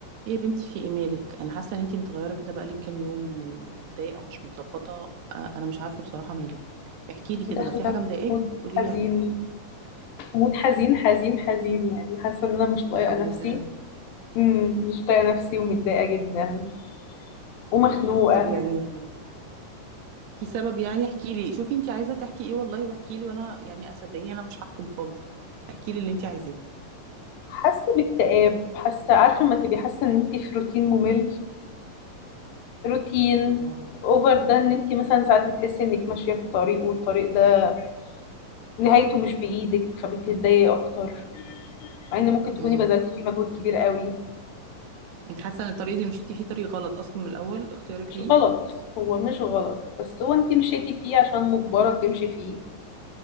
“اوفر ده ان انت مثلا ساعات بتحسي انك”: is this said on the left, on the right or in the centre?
Left